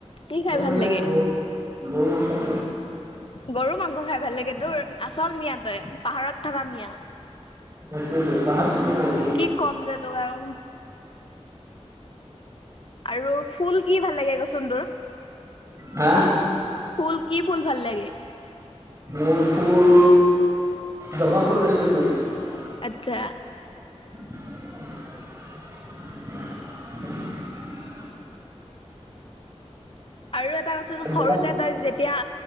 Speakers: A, on the left; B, on the right.
A: কি খাই
B: মোৰ
A: ভাল
B: মানে
A: লাগে
B: গৰু, গৰু মাংস
A: গৰু মাংস খাই ভাল লাগে তোৰ আচল মিঞা তয় পাহাৰত থকা মিঞা
B: সেইটোৱেটো পাহাৰত থাকো না আমি।
A: কি কম যে তোক আৰু আৰু ফুল কি ভাল লাগে কচোন তোৰ।
B: হা
A: ফুল কি ফুল ভাল লাগে
B: মোৰ ফুল জবা ফুল <unintelligible>
A: আতচ্ছা
B: <unintelligible>
A: আৰু এটা কচোন
B: জবা
A: সৰুতে তয় যেতি -য়া